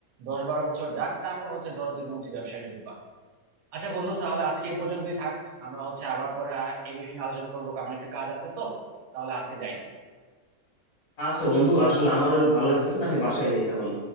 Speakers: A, on the right; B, on the left.
A: দশ বারো বছর যাক তারপর হচ্ছে ধরো তুমি হচ্ছে ব্যবসায় ঢুকবা আচ্ছা বন্ধু তাহলে আজকে এই পর্যন্তই থাক আমরা হচ্ছে আবার পরে আর এই বিষয়ে নিয়ে আলোচনা করবো কারণ আমার একটু কাজ আছে তো তাহলে আজকে যাই
B: আচ্ছা বন্ধু আসলে আমারও ভালো লাগতেছে না আমি বাসায় যাই তাহলে